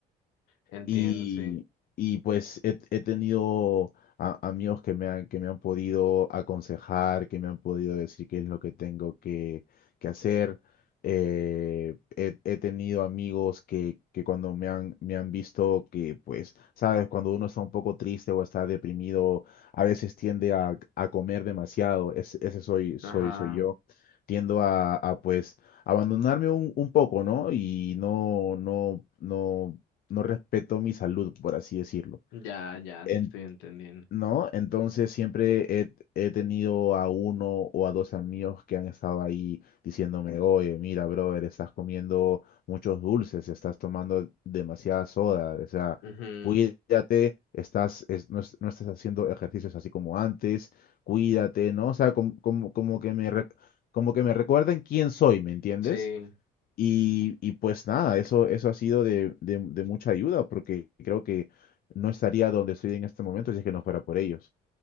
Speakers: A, on the left; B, on the left.
A: Entiendo,
B: Y,
A: sí.
B: y, pues he, he tenido a- amigos que me han, que me han podido aconsejar, que me han podido decir qué es lo que tengo que, que hacer. Eh, he, he tenido amigos que, que cuando me han, me han visto que, pues, sabes, cuando uno está un poco triste o está deprimido, a veces tiende a, a comer demasiado. Es- ese soy, soy,
A: Ajá.
B: soy yo. Tiendo a, a pues, abandonarme un, un poco, ¿no? Y no, no, no no respeto mi salud, por así decirlo.
A: Ya, ya,
B: En-
A: ya estoy entendiendo.
B: ¿no? Entonces siempre he, he tenido a uno o a dos amigos que han estado ahí diciéndome, oye, mira, brother, estás comiendo muchos dulces, estás tomando demasiada soda, o sea,
A: Ujú,
B: cuídate, estás, es- no, es- no estás haciendo ejercicios así como antes, cuídate, ¿no? O sea, como, como, como que me, re- como que me recuerden quién soy, ¿me entiendes?
A: Sí,
B: Y, y pues nada, eso, eso ha sido de, de- de mucha ayuda porque creo que no estaría donde estoy en este momento si es que no fuera por ellos.